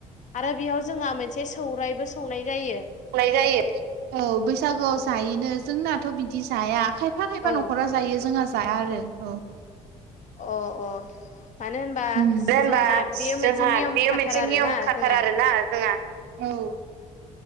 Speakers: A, on the left (about 45°); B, on the right (about 70°).
A: आरो बेयाव जोंहा मोनसे सौरायबो संनाय जायो
B: जायो औ बैसागुआव जायोनो जोंना दाथ' बिदि जाया खायफा खायफा
A: औ
B: न'खरा जायो जोंहा जाया आरो औ
A: अ अ मानो होनबा
B: उम दे होनबा
A: जोंहा
B: जोंहा
A: बेयो मोनसे नियम
B: बेयो
A: खाथार
B: मोनसे
A: आरोना
B: नियम खाथार
A: जोंहा
B: आरोना जोंहा औ